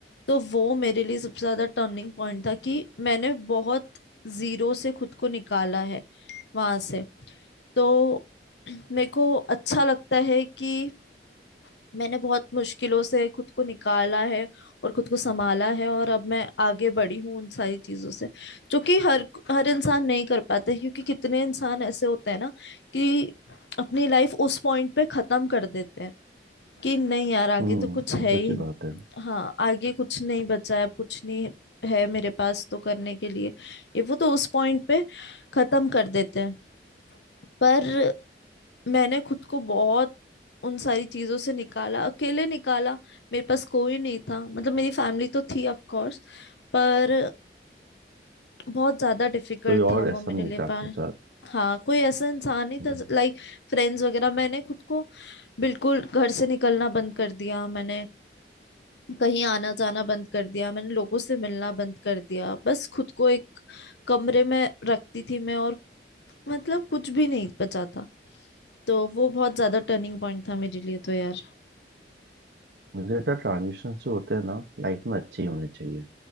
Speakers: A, on the left; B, on the right.
A: तो वो मेरे लिए सबसे ज्यादा टर्निंग पॉइंट था कि मैंने बहुत जीरो से खुद को निकाला है वहां से तो मेरे को अच्छा लगता है कि मैंने बहुत मुश्किलों से खुद को निकाला है और खुद को संभाला है और अब मैं आगे बढ़ी हूँ उन सारी चीजों से जो कि हर हर इंसान नहीं कर पाता है, क्योंकि कितने इंसान ऐसे होते हैं ना कि अपनी लाइफ उस पॉइंट पे खत्म कर देते हैं कि नहीं यार आगे
B: हम्म
A: तो कुछ है
B: ऑब्वियस
A: ही
B: सी
A: नहीं।
B: बात है
A: हाँ आगे कुछ नहीं बचा है अब कुछ नहीं है मेरे पास तो करने के लिए ये वो तो उस पॉइंट पे खत्म कर देते हैं पर मैंने खुद को बहुत उन सारी चीजों से निकाला अकेले निकाला मेरे पास कोई नहीं था मतलब मेरी फैमिली तो थी ऑफ कोर्स पर बहुत ज्यादा डिफिकल्ट
B: कोई और
A: था वो
B: ऐसा
A: मेरे
B: नहीं
A: लिए
B: था आपके
A: पर
B: साथ
A: हाँ कोई ऐसा इंसान नहीं
B: हम्म,
A: था लाइक फ्रेंड्स वगैरह मैंने खुद को बिल्कुल घर से निकलना बंद कर दिया मैंने कहीं आना जाना बंद कर दिया मैंने लोगों से मिलना बंद कर दिया बस खुद को एक कमरे में रखती थी मैं और मतलब कुछ भी नहीं बचा था तो वो बहुत ज्यादा टर्निंग पॉइंट था मेरे लिए तो यार
B: मुझे लगता है ट्रांजिशन जो होते हैं ना लाइफ में अच्छे ही होने चाहिए